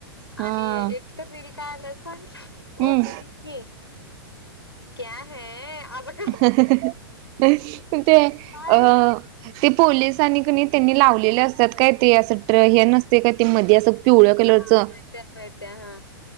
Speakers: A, on the right; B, on the left.
A: हा
B: आणि एक- तर रील काय आला सांग <unintelligible>
A: हम्म
B: पुलीसनी क्या है आस- <unintelligible>
A: ह ह ह... <unintelligible> ते
B: काय
A: अ- ते पोलिसानी कणी त्यांनी लावलेले असतात काय, ते असं ट हे नसते काय ते मध्ये असं- पिवळ्या कलरचं-
B: हा <unintelligible>